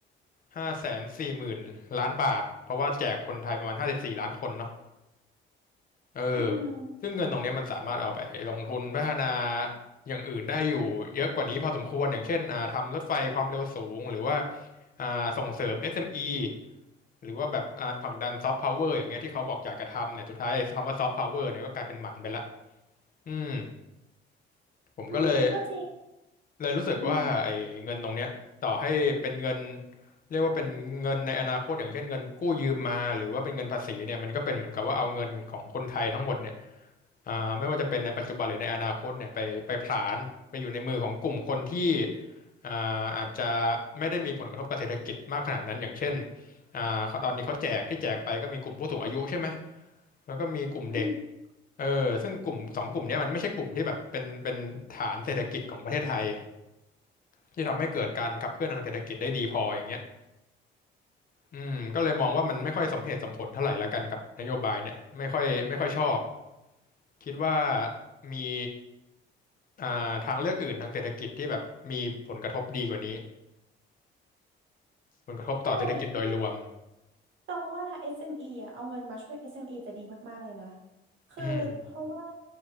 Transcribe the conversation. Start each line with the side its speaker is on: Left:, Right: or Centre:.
Left: ห้าแสนสี่หมื่นล้านบาทเพราะว่าแจกคนไทยประมาณห้าสิบสี่ล้านคนเนาะเออ
Right: อืม
Left: ซึ่งเงินตรงเนี้ยมันสามารถเอาไปลงทุนพัฒนาอย่างอื่นได้อยู่เยอะกว่านี้พอสมควรอย่างเช่นอ่าทำรถไฟความเร็วสูงหรือว่าอ่าส่งเสริมเอสเอ็มอี หรือว่าแบบอ่าผลักดันซอฟต์พาวเวอร์อย่างเงี้ยที่เขาบอกอยากจะทำเนี่ยสุดท้าย <laughs> คำว่าซอฟต์พาวเวอร์เนี่ยก็กลายเป็นหมันไปละอืมผมก็เลย
Right: อืมก็จริง
Left: เลยรู้สึกว่าไอ้เงินตรงเนี้ยต่อให้เป็นเงิน
Right: อืม
Left: เรียกว่าเป็นเงินในอนาคตอย่างเช่นเงินกู้ยืมมาหรือว่าเป็นเงินภาษีเนี่ยมันก็เป็นเหมือนกับว่าเอาเงินของคนไทยทั้งหมดเนี่ย อ่าไม่ว่าจะเป็นในปัจจุบันหรือในอนาคตเนี่ยไปไปผลาญไปอยู่ในมือของกลุ่มคนที่อ่าอาจจะไม่ได้มีผลกระทบกับเศรษฐกิจมากขนาดนั้นอย่างเช่นอ่าตอนนี้เขาแจกที่แจกไปก็มีกลุ่มผู้สูงอายุใช่ไหมแล้วก็มีกลุ่มเด็ก
Right: อืม
Left: เออซึ่งกลุ่มสองกลุ่มเนี้ยมันไม่ใช่กลุ่มที่แบบเป็นเป็นฐานเศรษฐกิจของประเทศไทยที่ทำให้เกิดการขับเคลื่อนทางเศรษฐกิจได้ดีพออย่างเงี้ยอืมก็เลยมองว่ามันไม่ค่อยสมเหตุสมผลเท่าไหร่ละกันกับนโยบายเนี่ยไม่ค่อยไม่ค่อยชอบคิดว่ามี อ่าทางเลือกอื่นทางเศรษฐกิจที่แบบมีผลกระทบดีกว่านี้ผลกระทบต่อเศรษฐกิจโดยรวม
Right: ใช่ ต้องว่าถ้า SME อสเอ็มอีอ่ะเอาเงินมาช่วย SME จะดีมากๆเลยนะคือเพราะว่า
Left: อืม